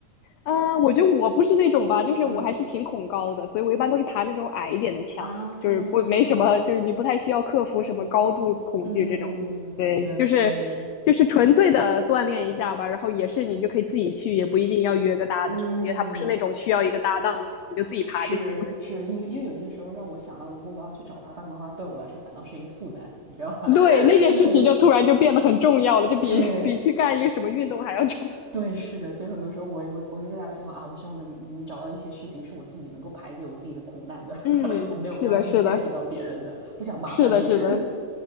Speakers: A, on the left; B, on the right.
A: 嗯，我觉得我不是那种吧，就是我还是挺恐高的，
B: 嗯
A: 所以我一般都是爬那种矮一点的墙，
B: 啊，
A: 就是不没什么，就是你不太需要克服什么高度恐惧这种。
B: 嗯，
A: 对，
B: 原嗯
A: 就是就是纯粹的锻炼一下吧，然后也是你就可以自己去，也不一定要约个搭子什么的，
B: 嗯。
A: 因为它不是那种需要一个搭档的那种，你就自己爬就行了。
B: 是是，因为因为有些时候让我想到，如果我要去找搭档的话，对我来说反倒是一个负担，你知道吗？
A: <laughs> 对，
B: <laughs>
A: 那件事情就突然就变得很重要了，
B: 对
A: 就比比去干一个什么运动还要重要
B: 对对，是的，所以很多时候我我我就更加希望啊，我希望能能找到一些事情是我自己能够排解我自己的苦难的，
A: 嗯，
B: <laughs> 我没有必要去牵扯到别人的，
A: 是的，是的，
B: 不想麻烦别人，
A: 是的，是的。